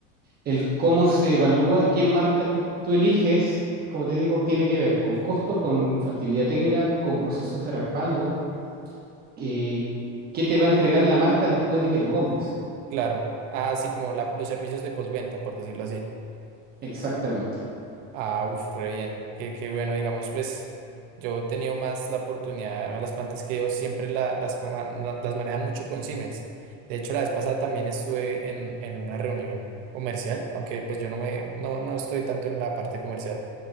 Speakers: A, on the right; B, on the right.
A: el cómo se evalúa, qué marca tú, tú eliges, como te digo, tiene que ver con costo, con factibilidad técnica, con procesos de respaldo, eh, qué te va a entregar la marca después de que lo compres.
B: Claro, ah, sí, como la- los servicios de postventa, por decirlo así.
A: Exactamente.
B: Ah, uff, re bien. Qué, qué bueno, digamos, pues yo he tenido más la oportunidad, las plantas que yo siempre la- las, ma- la- las manejan mucho con Siemens. De hecho, la vez pasada también estuve en, en una reunión comercial, aunque pues yo no me, no, no estoy tanto en la parte comercial,